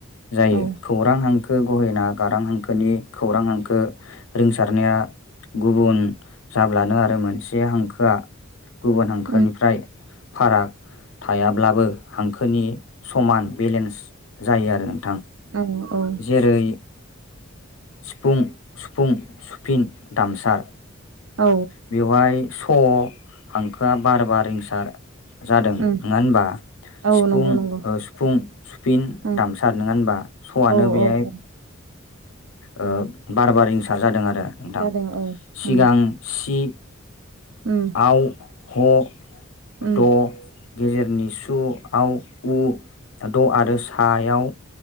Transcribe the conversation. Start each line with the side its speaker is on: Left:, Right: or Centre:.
Left: जायो
Right: औ
Left: खौरां हांखो गहेना गारां हांखोनि खौरां हांखो रिंसारनाया गुबुन जाब्लानो आरो मोनसे हांखोआ गुबुन हांखोनिफ्राय
Right: उम
Left: फाराग थायाब्लाबो हांखोनि समान बेलेन्स जायो आरो नोंथां
Right: औ औ
Left: जेरै सिफुं सुफुं सुफिन दामसार
Right: औ
Left: बेवहाय स' हांखोआ बार बार रिंसार जादों
Right: उम
Left: नङा होनबा
Right: औ
Left: सिफुं
Right: नंगौ नंगौ
Left: ओ- सुफुं सुफिन
Right: उम
Left: दामसार नङा होनबा स'आनो
Right: औ
Left: बेहाय
Right: औ औ
Left: ओ- बार बार रिंसार जादों आरो नोंथां
Right: जादों औ
Left: सिगां
Right: उम
Left: सि
Right: उम
Left: आव ह
Right: उम
Left: द' गेजेरनि सु हाव उ द' आरो सायाव